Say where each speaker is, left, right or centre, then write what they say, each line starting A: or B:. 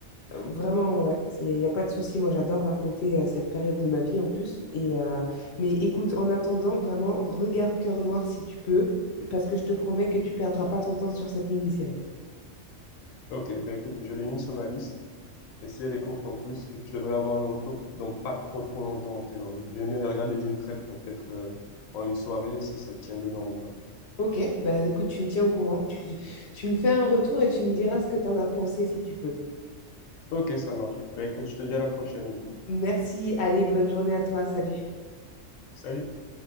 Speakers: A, on the left (about 65°); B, on the left (about 85°).
A: vraiment, ouais, il n'y a, y a pas de souci, moi j'adore raconter euh, cette période de ma vie en plus, et, euh, mais écoute, en attendant, vraiment, regarde Cœur Noir si tu peux, parce que je te promets que tu perdras pas ton temps sur cette mini-série.
B: Ok, ben écoute, je l'ai mis sur ma liste. Et si elle est courte en plus, je, je devrais avoir un retour dans pas trop trop longtemps en théorie. J'aime bien les regarder d'une traite, donc peut-être euh, en une soirée si ça tient dedans ou pas.
A: Ok, bah écoute, tu me tiens au courant, tu, tu me fais un retour et tu me diras ce que t'en as pensé si tu peux.
B: Ok, ça marche. Ben écoute, je te dis à la prochaine du coup.
A: Merci, allez, bonne journée à toi, salut.
B: Salut!